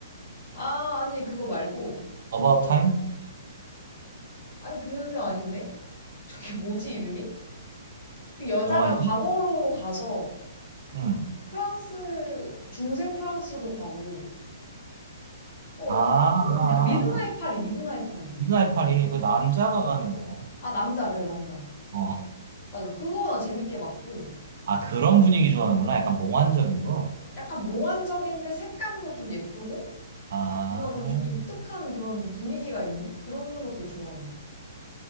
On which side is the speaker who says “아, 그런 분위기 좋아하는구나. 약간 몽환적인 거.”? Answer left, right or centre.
Right